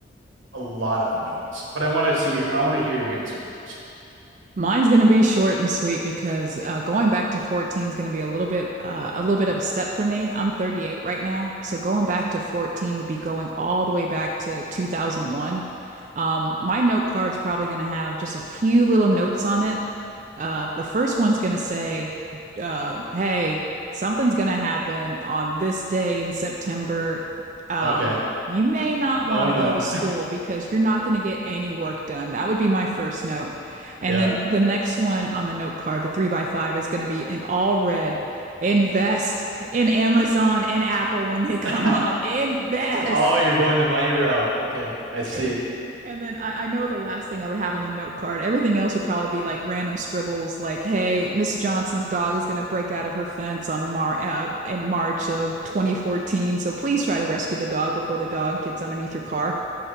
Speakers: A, on the right; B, on the right.
A: a lot of notes. But I want to see your, I want to hear your answer first.
B: Mine's going to be short and sweet because uh, going back to 14 is going to be a little bit uh, a little bit of a step for me. I'm 38 right now, so going back to 14 would be going all the way back to 2001. Um, my note card's probably going to have just a few little notes on it. Uh, the first one's going to say, um, "Hey, something's going to happen on this day in September. Um,
A: Okay.
B: you may not want
A: Oh no.
B: to go to school
A: <laughs>
B: because you're not going to get any work done." That would be my first note. And
A: Yeah.
B: then the next one on the note card, the three by five, is going to be in all red. Invest in Amazon and Apple when they come
A: <laughs>
B: up. Invest.
A: Oh, you're going the money route. Okay, I see.
B: And and then I, I know the last thing I would have on the note card. Everything else would probably be like random scribbles, like "Hey, Miss Johnson's dog is going to break out of her fence on Mar uh, in March of 2014, so please try to rescue the dog before the dog gets underneath your car."